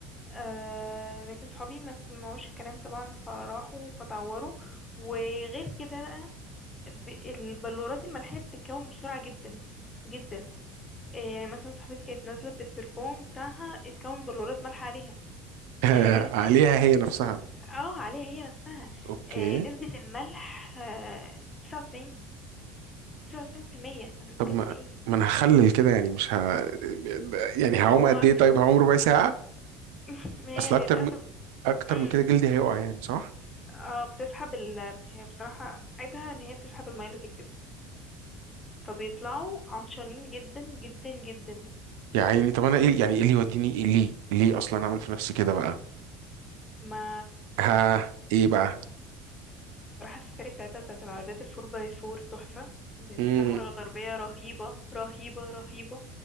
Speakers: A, on the left (about 25°); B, on the right (about 80°).
A: آه لكن صحابي ما سمعوش الكلام طبعا فراحوا فتعوروا وغير كده بقى ب- البلورات الملحية بتتكون بسرعة جدا جدا آه يعني مثلا صاحبتي كانت نازلة بالتربون بتاعها اتكون بلورات ملح عليها
B: <laughs>
A: آه جسمك
B: عليها هي نفسها
A: اه عليها هي نفسها
B: اوكي
A: آه نسبة الملح آه تسعة وتسعين تسعة وتسعين في المية فانت بتتكلم
B: طب ما
A: في ايه
B: ما انا هخلل كده يعني مش ه... يعني
A: ما
B: هعوم
A: هو
B: قد ايه طيب هعوم ربع ساعه
A: <laughs> ما هي
B: اصل
A: للأسف
B: اكتر من... اكتر
A: مم،
B: من كده جلدي هيقع يعني صح
A: اه بتسحب ال... هي بصراحة عيبها ان هي بتسحب المية اللي في الجسم فبيطلعوا عطشانين جدا جدا جدا
B: يا عيني طب انا ايه يعني ايه اللي يوديني ايه ليه ليه اصلا اعمل في نفسي كده بقى
A: ما
B: ها ايه بقى
A: راح السفاري بتاعتها بتاعت العربيات الفور باي فور تحفة دي الصحراء
B: امم
A: الغربية رهيبة رهيبة رهيبة